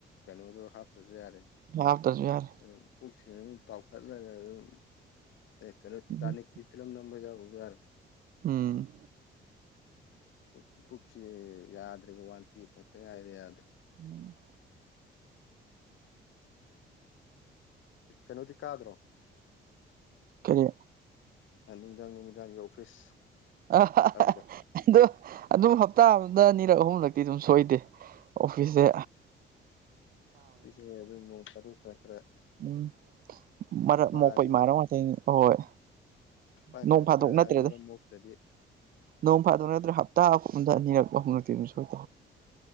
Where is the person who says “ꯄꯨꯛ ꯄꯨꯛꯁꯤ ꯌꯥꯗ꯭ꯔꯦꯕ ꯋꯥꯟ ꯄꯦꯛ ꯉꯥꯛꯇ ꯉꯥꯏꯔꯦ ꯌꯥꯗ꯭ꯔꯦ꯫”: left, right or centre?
Left